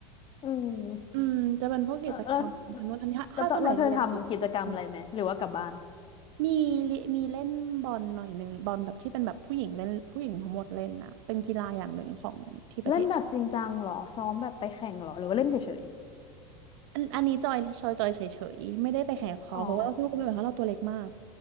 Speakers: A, on the left; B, on the right.
A: อืม
B: อืมจะเป็นพวกกิจกรรมทำโน้นทำนี่ถ้าถ้าสมัยเรียนอยู่
A: เออแล้วแล้วตอนแล้วเธอทำกิจกรรมอะไรไหมหรือว่ากลับบ้าน
B: <laughs> มีลิมีเล่นบอลหน่อยหนึ่งบอลแบบที่เป็นแบบผู้หญิงเล่นผู้หญิงทั้งหมดเล่นนะเป็นกีฬาอย่างหนึ่งของที่ประเทศ
A: เล่นแบบจริงจังเหรอซ้อมแบบไปแข่งเหรอหรือว่าเล่นเฉย
B: อันอันนี้จอยจอยจอยเฉยๆไม่ได้ไปแข่งกับเขาเพราะว่าเราสู้กันไม่ไหวเพราะเราตัวเล็กมาก
A: ๆอ๋อ